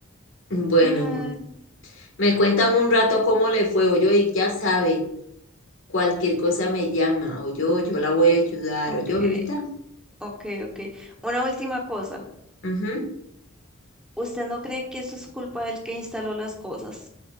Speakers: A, on the left (about 70°); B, in the centre.
A: Bueno,
B: Ah,
A: bu- me cuentan un rato cómo le fue, o yo, y ya sabe, cualquier cosa me llama, o yo, yo la voy a ayudar,
B: ok,
A: o yo, bebita.
B: ok, ok. Una última cosa.
A: Ujú.
B: ¿Usted no cree que esto es culpa del que instaló las cosas?